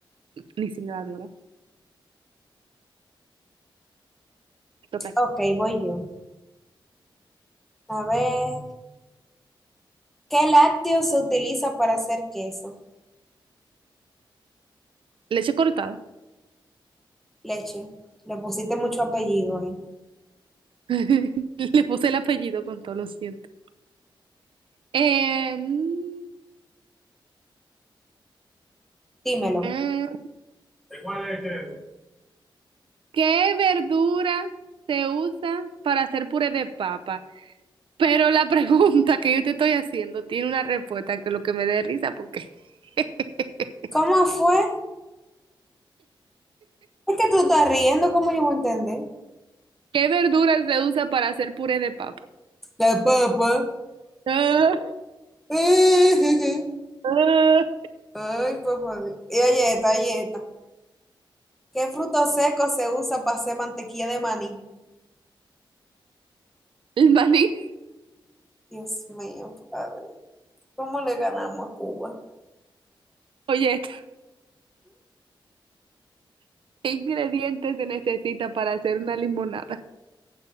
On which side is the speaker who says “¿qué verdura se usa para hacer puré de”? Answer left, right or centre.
Right